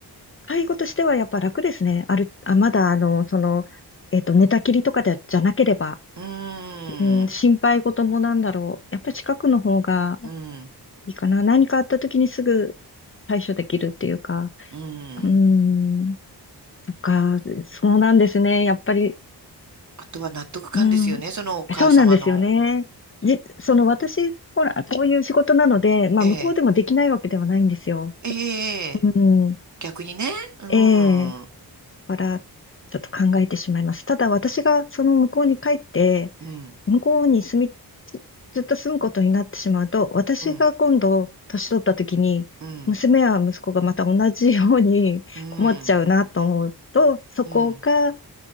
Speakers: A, on the left; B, on the right.
A: 介護としてはやっぱ楽ですね。ある、あ、まだ、あの、その、えっと、寝たきりとかで、じゃなければ、
B: うー
A: うん、心配事もなんだろう。
B: ん、
A: やっぱり近くの方が
B: うん、
A: いいかな。何かあった時にすぐ対処できるっていうか、
B: うん。
A: うん、とか、そうなんですね。やっぱり
B: あとは納得感ですよね、
A: うん、
B: そのお母様の。
A: そうなんですよね。じ、その私、ほら、こういう仕事なので、まあ、
B: ええ、
A: 向こうでもできないわけではないんですよ。
B: ええ、ええ
A: うん、
B: 逆にね。うん、
A: ええ、
B: うん、
A: から、ちょっと考えてしまいます。ただ、私がその向こうに帰って、
B: うん、
A: 向こうに住み、ずずっと住むことになってしまうと、私が今度、
B: うん、
A: 年取った時に、
B: うん、
A: 娘や息子がまた同じように <laughs>
B: うん、
A: 困っちゃうなと思うと、そこが
B: うん、